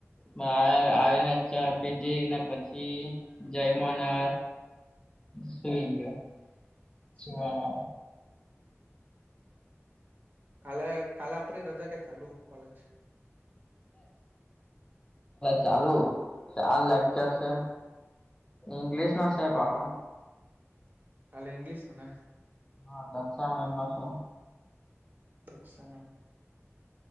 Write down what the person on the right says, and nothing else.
હમ કાલે, કાલે આપડી રજા કે, ચાલુ કોલેજ.
હમ
કાલે ઈંગ્લિશ મને
દક્ષા મેમ.